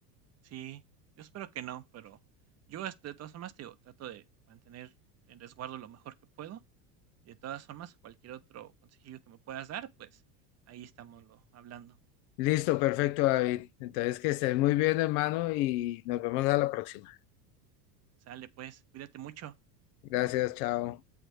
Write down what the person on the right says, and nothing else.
Sí, yo espero que no, pero yo este, de todas formas te digo, trato de mantener en resguardo lo mejor que puedo de todas formas, cualquier otro consejillo que me puedas dar, pues ahí estamos lo hablando.
Sale pues, cuídate mucho.